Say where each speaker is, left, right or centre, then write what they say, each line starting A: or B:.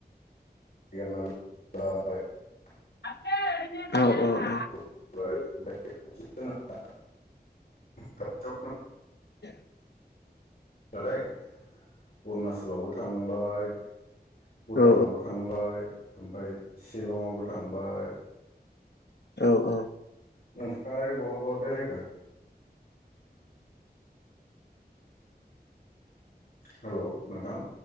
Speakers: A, on the left; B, on the left.
A: <unintelligible>
B: <unintelligible> औ औ औ
A: <unintelligible> <unintelligible>
B: <unintelligible>
A: नालाय अरुणाचलावबो थांबाय भुटानावबो
B: औ
A: थांबाय ओमफाय शिलंआवबो थांबाय
B: औ औ
A: नोंथाङालाय बहा बहा बेरायखो हेल' नोंथां